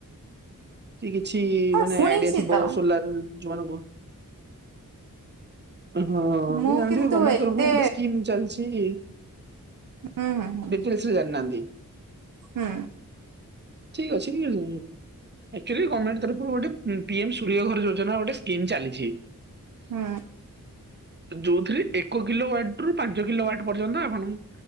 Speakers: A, on the right (about 30°); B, on the right (about 65°).
A: ସେ କିଛି
B: ହଁ
A: ମାନେ
B: ଶୁଣିଛି
A: ଆଇଡିଆ ଥିବ
B: ତ।
A: ସୋଲାର ଯୋଉମାନଙ୍କୁ ହଁ
B: ମୁଁ
A: ତ ଜାଣିଥିବେ
B: କିନ୍ତୁ
A: ଗମେଣ୍ଟ
B: ଏତେ
A: ତରଫରୁ ଗୋଟେ ସ୍କିମ ଚାଲିଛି।
B: ହଁ ହଁ ହଁ।
A: ଡିଟେଲସ ରେ ଜଣିନାହାନ୍ତି
B: ହୁଁ।
A: ଠିକ ଅଛି କି ଏକେଲି ଗମେଣ୍ଟ ତରଫରୁ ଗୋଟେ ଉଁ ପିଏମ୍ ସୂର୍ଯ୍ୟ ଘର ଯୋଜନା ଗୋଟେ ସ୍କିମ୍ ଚାଲିଛି।
B: ହୁଁ।
A: ଯୋଉଥିରେ ଏକ କିଲୋ ୱାଟରୁ ପାଞ୍ଚ କିଲୋ ୱାଟ ପର୍ଯ୍ୟନ୍ତ ଆପଣଙ୍କୁ